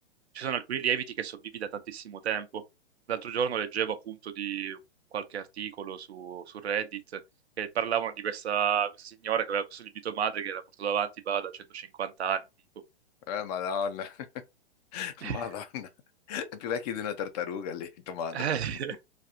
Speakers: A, on the right; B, on the left.
A: Ci sono alcuni lieviti che sono vivi da tantissimo tempo. L'altro giorno leggevo appunto di qualche articolo su, su Reddit che parlavano di questa, questa signora che aveva questo lievito madre che era portato avanti bah, da 150 anni, tipo.
B: eh, Madonna, <laughs>
A: <laughs>
B: Madonna, è più vecchio di una tartaruga il lievito madre.
A: Eh, <laughs>
B: <laughs>